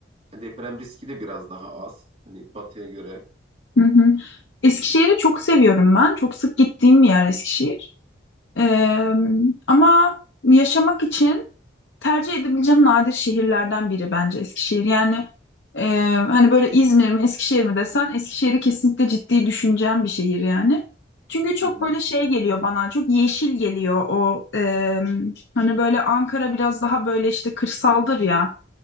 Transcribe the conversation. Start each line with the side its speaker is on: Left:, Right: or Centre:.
Right: Hani deprem riski de biraz daha az. Hani batıya göre.
Left: Hı hı. Eskişehir'i çok seviyorum ben. Çok sık gittiğim bir yer Eskişehir. Ee, ama yaşamak için tercih edebileceğim nadir şehirlerden biri bence Eskişehir. Yani e, hani böyle İzmir mi Eskişehir mi desen Eskişehir'i kesinlikle ciddi düşüneceğim bir şehir yani. Çünkü çok
Right: Hı hı.
Left: böyle şey geliyor bana çok yeşil geliyor o e, hani böyle Ankara biraz daha böyle işte kırsaldır ya